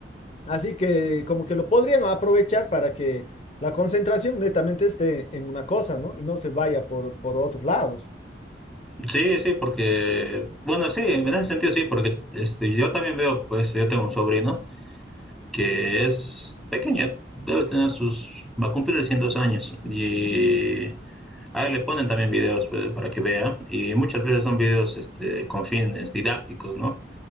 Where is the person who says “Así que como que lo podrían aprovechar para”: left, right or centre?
Left